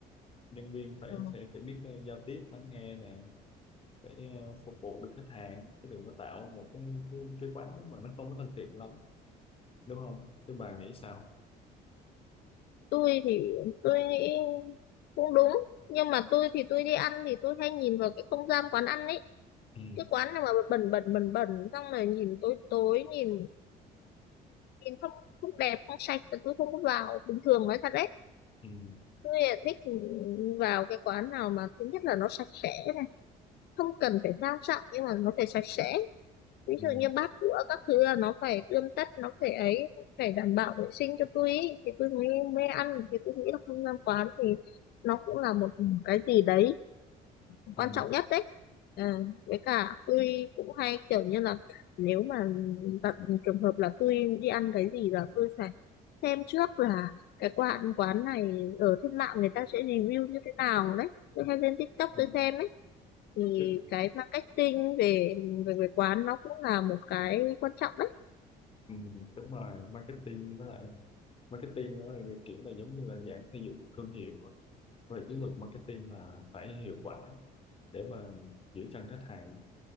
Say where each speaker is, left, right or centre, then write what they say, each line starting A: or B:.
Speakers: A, on the left (about 35°); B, on the left (about 70°).
A: nhân viên phải
B: Ừ.
A: phải phải biết ờ, giao tiếp lắng nghe nè phải ờ, phục vụ được khách hàng chứ đừng có tạo một cái cái, cái quán mà nó không có thân thiện lắm đúng không chứ bà nghĩ sao
B: Tôi thì tôi nghĩ cũng đúng nhưng mà tôi thì tôi đi ăn thì tôi hay nhìn vào cái không gian quán ăn ấy
A: Ừ,
B: cái quán nào mà bẩn bẩn bẩn bẩn xong rồi nhìn tối tối nhìn nhìn không không đẹp không sạch là tôi không có vào bình thường nói thật đấy
A: ừ,
B: tôi là thích vào cái quán nào mà thứ nhất là nó sạch sẽ này không cần phải sang trọng nhưng mà nó phải sạch sẽ ví
A: ừ,
B: dụ như bát đũa các thứ là nó phải tươm tất nó phải ấy phải đảm bảo vệ sinh cho tôi ý. thì tôi mới mới ăn thì tôi nghĩ là không gian quán thì nó cũng là một cái gì đấy
A: ừ,
B: quan trọng nhất đấy à, với cả tôi cũng hay kiểu như là nếu mà gặp trường hợp là tôi đi ăn cái gì là tôi phải xem trước là cái quán quán này ở trên mạng người ta sẽ review như thế nào đấy tôi hay lên TikTok
A: ừ,
B: tôi xem đấy thì
A: tức
B: cái marketing về về về quán nó cũng là một cái quan trọng đấy
A: ừm, đúng rồi marketing với lại marketing đó thì kiểu là giống như là dạng xây dựng thương hiệu đó. về chiến lược marketing là phải hiệu quả để mà giữ chân khách hàng